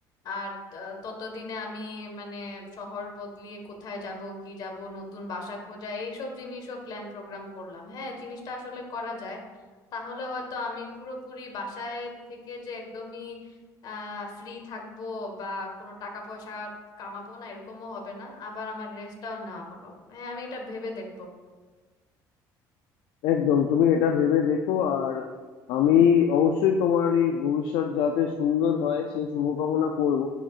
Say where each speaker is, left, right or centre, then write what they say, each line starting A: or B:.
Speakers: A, on the left; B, on the left.
A: আর আহ, ততদিনে আমি মানে শহর বদলিয়ে কোথায় যাব কি যাব নতুন বাসা খোঁজা এইসব জিনিসও প্ল্যান প্রোগ্রাম করলাম হ্যাঁ জিনিসটা আসলে করা যায় তাহলে হয়তো আমি পুরোপুরি বাসায় থেকে যে একদমই আহ ফ্রি থাকবো বা কোনো টাকা পয়সা কামাবো না এরকমও হবে না আবার আমার রেস্টটাও নেওয়া হলো হ্যাঁ আমি এটা ভেবে দেখবো
B: একদম তুমি এটা ভেবে দেখো আর আমি অবশ্যই তোমার এই ভবিষ্যৎ যাতে সুন্দর হয় সেই শুভকামনা করব